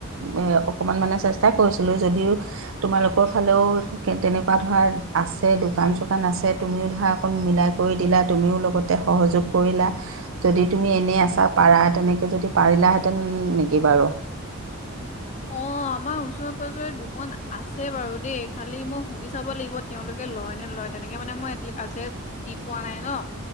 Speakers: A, on the right; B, on the left.
A: এ অকনমান মানে কৰিছিলো যদিও তোমালোকৰ ফালেও তেনেকুৱা ধৰা আছে দোকান চোকান আছে। আছে তুমিও ধৰা মিলাই কৰি দিলা তুমিও লগতে সহযোগ কৰিলা যদি তুমি এনেই আছ পাৰা তেনেকে যদি পাৰিলে হেঁতেন নেকি বাৰু?
B: অ, আমাৰ ওচৰে-পাজৰে দোকান আছে বাৰু দেই খালি মই সুধি চাব লাগিব। তেওঁলোকে, লয় নে নলয়। তেনেকে মানে মই আজি দি পোৱা নাই ন?